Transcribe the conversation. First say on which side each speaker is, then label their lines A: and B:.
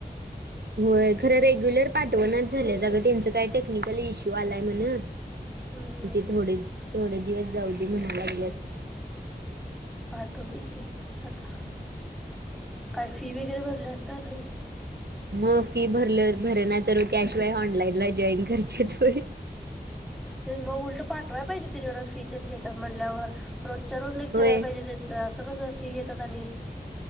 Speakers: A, on the right (about 80°); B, in the centre.
A: होय खरं रेग्युलर पाठवणच झाल्या जागं त्यांचं काही टेक्निकल इश्यू आलाय म्हण,
B: हम्म हम्म.
A: ते थोडे दिवस जाऊ दे म्हना लागल्यात.
B: पाठवतील की आता काय फी वगैरे बरल्यास का नाही.
A: मग फी भरल भर ना तर त्याशिवाय ऑनलाईनला जॉईन करत्यात होय.
B: ते मग उलट पाठवाय पाहिजे तिन एवढं फितेन घेतात म्हणल्यावर रोजच्या रोज लेक्चर
A: होय
B: या पाहिजे त्यांचं असं कसं फी घेतात आणि